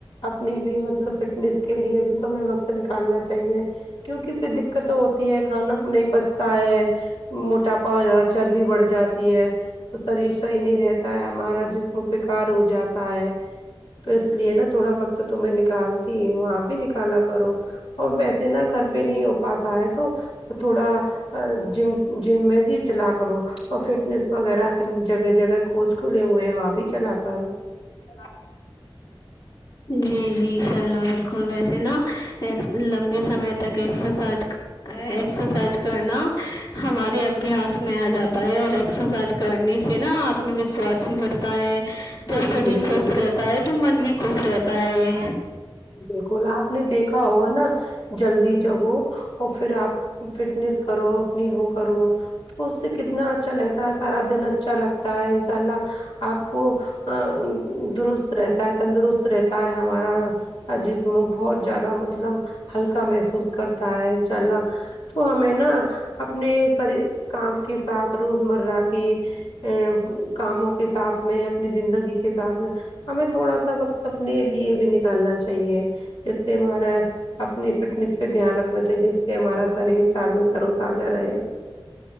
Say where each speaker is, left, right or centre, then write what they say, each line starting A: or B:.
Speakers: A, on the left; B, on the left.
A: اپنی بھی مطلب فٹ نس کے لیے بھی تو ہمیں وقت نکالنا چاہیے کیونکہ پھر دقتئیں ہوتی ہے کھانا نہیں پچتا ہے موٹاپا ہو جاتا چربی بڑھ جاتی ہے تو شریر صحیح نہیں رہتا ہے ہمارا جسم بیکار ہو جاتا ہے تو اس لیے نا تھوڑا وقت تو میں نکال تی ہوں اپ بھی نکالا کرو اور ویسے نا گھر پہ نہیں ہو پاتا ہے تو تھوڑا جم جم میں جی چلا کرو اور فٹنیس وغیرہ کی جگہ جگہ کوچ کھلے ہوئے ہے وہاں بھی چلا کر
B: صبا جی جی ان شاء اللہ بالکل ویسے نا لمبے سمے تک ایکسز سائز ایکسز سائز کرنا ہمارے ابھیاس میں ا جاتا ہے اور ایکسز سائز کرنے سے نا اتما وشواس بھی بڑھتا ہے جب
A: جی
B: شریر
A: بالکل
B: سوست رہتا ہے تو من بھی خوش رہتا ہے
A: بالکل اپ نے دیکھا ہوگا نا جلدی جگو اور پھر آپ فٹنیس کرو اپنی وہ کرو تو اس سے کتنا اچھا رہتا ہے سب سارا دن اچھا لگتا ہے ان شاء اللہ اپ کو ا درست رہتا ہے تندرست رہتا ہے ہمارا جسم بہت زیادہ مطلب ہلکا محسوس کرتا ہے انشاء اللہ تو ہمیں نا اپنے سری کام کے ساتھ روزمرہ کی ا کاموں کے ساتھ میں اپنی زندگی کے ساتھ میں ہمیں تھوڑا سا وقت اپنے لیے بھی نکالنا چاہیے جس سے ہمارا اپنی فٹنیس پہ دھیان رکھنا چاہیے جس سے ہمارا شریر تارترو تازہ رہے